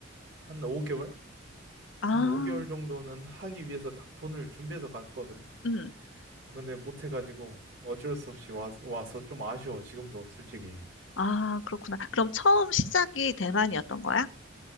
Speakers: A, on the right (about 60°); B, on the left (about 70°).
A: 한 5개월?
B: 아.
A: 한 5개월 정도는 하기 위해서 딱 돈을 준비해서 갔거든.
B: 응.
A: 근데 못해가지고 어쩔 수 없이 와, 와서 좀 아쉬워. 지금도 솔직히.
B: 아, 그렇구나. 그럼 처음 시작이 대만이었던 거야?